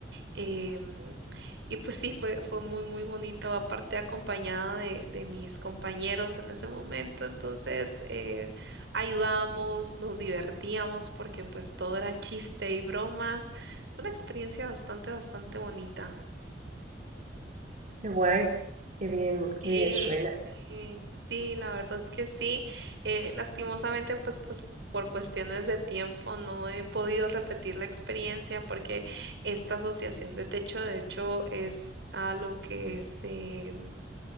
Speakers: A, on the right; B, on the right.
A: em, y pues sí, fue, fue muy, muy bonito, aparte acompañada de, de mis compañeros en ese momento, entonces eh, ayudábamos, nos divertíamos porque pues todo era chiste y bromas, una experiencia bastante, bastante bonita.
B: Qué guay, qué bien, qué
A: Este,
B: bien suena,
A: sí, la verdad es que sí. Eh, lastimosamente, pues, pues por cuestiones de tiempo no he podido repetir la experiencia porque esta asociación de techo, de hecho, es a lo que se